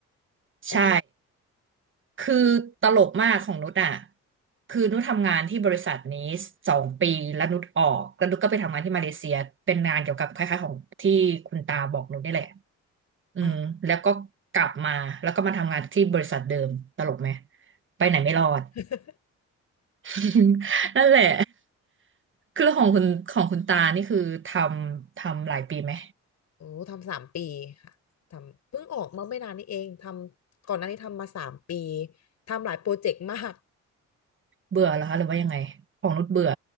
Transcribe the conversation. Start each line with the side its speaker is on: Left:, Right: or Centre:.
Right: ใช่
Left: อ๋อ
Right: คือตลกมากของนุชอ่ะคือนุชทำงานที่บริษัทนี้สองปีแล้วนุชออกแล้วนุชก็ไปทำงานที่มาเลเซียเป็นงานเกี่ยวกับคล้ายๆของที่คุณตาบอกนุชนี่แหละอืมแล้วก็กลับมาแล้วก็มาทำงานที่บริษัทเดิมตลกไหม
Left: อ่ะ
Right: ไปไหนไม่รอด
Left: <laughs>
Right: <laughs> นั่นแหละคือของคุณของคุณตานี่คือทำทำหลายปีไหม
Left: โอ้ทำสามปีค่ะทำเพิ่งออกมาไม่นานนี้เองทำก่อนหน้านี้ทำมาสามปีทำหลายโปรเจกต์มาก
Right: เบื่อแล้วคะหรือว่ายังไงของนุชเบื่อ